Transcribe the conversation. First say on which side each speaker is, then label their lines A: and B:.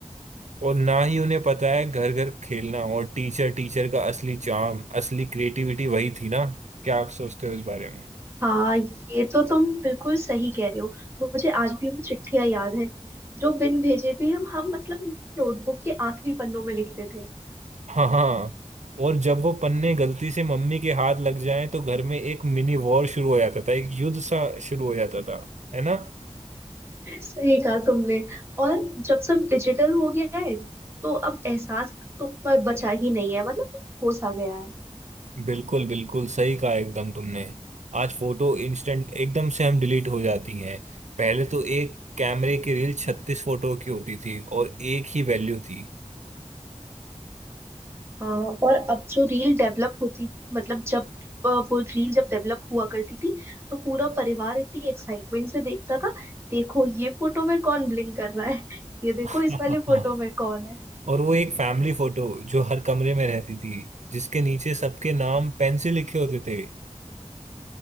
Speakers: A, on the right (about 80°); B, on the right (about 20°).
A: और ना ही उन्हें पता है घर घर खेलना और टीचर टीचर का असली चार्म असली क्रिएटिविटी वही थी ना क्या आप सोचते हो इस बारे
B: हाँ ये तो तुम बिल्कुल सही कह रहे हो मुझे आज भी वो चिट्ठियां याद हैं जो बिन भेजे भी हम हम मतलब नोटबुक के आखिरी पन्नों में लिखते थे
A: हाँ हाँ और जब वो पन्ने गलती से मम्मी के हाथ लग जाएं तो घर में एक मिनी वॉर शुरू हो जाता था एक युद्ध सा शुरू हो जाता था है ना
B: सही कहा तुमने और जब सब डिजिटल हो गया है तो अब एहसास तो ब- बचा ही नहीं है मतलब होश आ गया है
A: बिल्कुल बिल्कुल सही कहा एकदम तुमने आज फोटो इंस्टेंट एकदम से हम डिलीट हो जाती हैं पहले तो एक कैमरे की रील छत्तीस फोटो की होती थी और एक ही वैल्यू थी
B: आ, और अब जो रील डेवलप होती मतलब जब आ, वो रील जब डेवलप हुआ करती थी तो पूरा परिवार इतनी एक्साइटमेंट से देखता था देखो ये फोटो में कौन ब्लिंक कर रहा है ये
A: <laughs>
B: देखो इस वाले फोटो में कौन है
A: और वो एक फैमिली फोटो जो हर कमरे में रहती थी जिसके नीचे सबके नाम पेन से लिखे होते थे